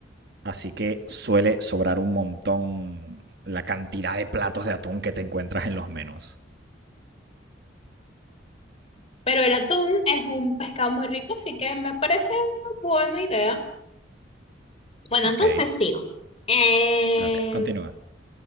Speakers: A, on the right (about 55°); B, on the left (about 30°).
A: Así que suele sobrar un montón la cantidad de platos de atún que te encuentras en los menús.
B: pero el atún es un pescado muy rico, así que me parece una buena idea. Bueno,
A: Ok,
B: entonces sigo. Em,
A: dale, continúa.